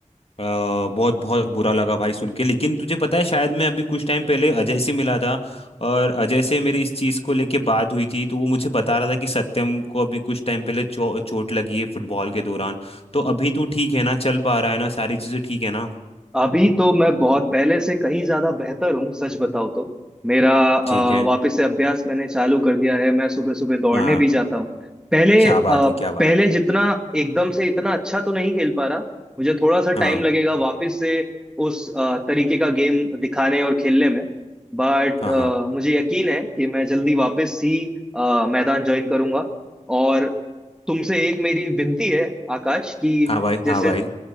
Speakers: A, on the left (about 50°); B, in the centre.
A: बहुत बहुत बुरा लगा भाई सुन के लेकिन तुझे पता है शायद मैं अभी कुछ टाइम पहले अजय से मिला था और अजय से मेरी इस चीज़ को लेके बात हुई थी तो वो मुझे बता रहा था कि सत्यम को अभी कुछ टाइम पहले चो, चोट लगी है फुटबॉल के दौरान तो अभी तो ठीक है ना चल पा रहा है ना सारी चीज़ें ठीक है ना
B: अभी तो मैं बहुत पहले से कहीं ज्यादा बेहतर हूँ सच बताओ तो मेरा अ,
A: ठीक है
B: वापस से अभ्यास मैंने चालू कर दिया है मैं सुबह सुबह दौड़ने
A: हाँ हाँ,
B: भी जाता हूँ पहले
A: क्या
B: अ,
A: बात है क्या
B: पहले
A: बात
B: जितना एकदम से इतना अच्छा तो नहीं खेल पा रहा मुझे थोड़ा सा टाइम
A: हाँ
B: लगेगा वापस से उस अ, तरीके का गेम दिखाने और खेलने में बट
A: हाँ हाँ
B: मुझे यकीन है कि मैं जल्दी वापस ही अ, मैदान ज्वाइन करूंगा और तुमसे एक मेरी विनती है आकाश कि
A: हाँ भाई
B: जैसे
A: हाँ भाई